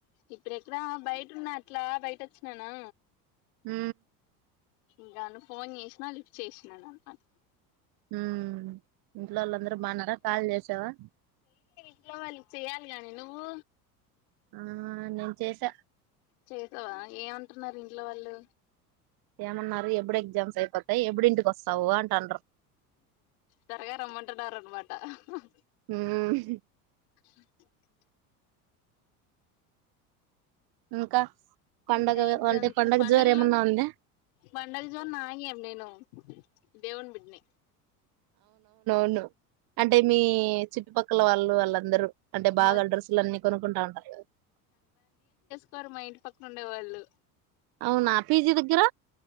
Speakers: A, on the left (about 70°); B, on the right (about 50°).
A: ఇప్పుడెక్కడ బయటున్నా అట్లా బయట వచ్చిననా
B: ఊ
A: ఇంకా నువ్ ఫోన్ చేసినా లిఫ్ట్ చేసినాననమాట
B: హ్మ్ ఇంట్లో వాళ్ళందరూ బాన్నరా కాల్ చేశావా?
A: ఇంట్లోవాళ్లకి చెయాలిగానే నువ్వు.
B: ఆ నేను చేశా
A: చేశావా ఏమంటున్నారు ఇంట్లో వాళ్ళు?
B: ఏమన్నారు ఎప్పుడు ఎగ్జామ్స్ ఐపోతాయి ఎప్పుడు ఇంటికి వస్తావు అంటాండ్రు.
A: త్వరగా రమ్మంటున్నారు అనమాట
B: హ్మ్
A: <inaudible>
B: ఇంకా పండగ
A: ఇంకా ఎగ్జామ్స్
B: అంటే పండగ
A: పండగలో
B: జోరు ఏమన్నా ఉందా
A: పండగ జోర్ నాగేం నేను దేవుని బిడ్ని.
B: నో అంటే మీ చుట్టుపక్ పక్కల వాళ్ళు వాళ్ళందరూ అంటే బాగా
A: మా
B: డ్రెస్సులు అన్ని కొనుక్కుంటా ఉంటారు కదా
A: కుంటారు మా ఇంటి పక్కన ఉండేవాళ్ళు.
B: అవునా పీజీ దగ్గర?